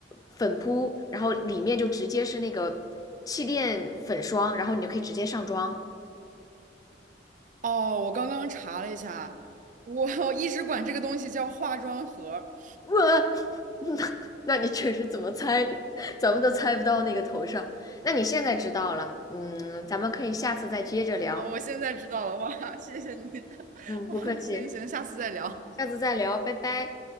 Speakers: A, on the left; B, on the right.
A: 粉扑，然后里面就直接是那个气垫粉霜，然后你就可以直接上妆。
B: 哦，我刚刚查了一下，我 <laughs> 一直管这个东西叫化妆盒。
A: <laughs> 我，那那你确实怎么猜，咱们都猜不到那个头上。那你现在知道了，嗯，咱们可以下次再接着聊。
B: 哦，我现在知道了，哇，谢谢你，<laughs>
A: 嗯，
B: 哇，
A: 不客气，
B: 行行，下次再聊。
A: 下次再聊，拜拜。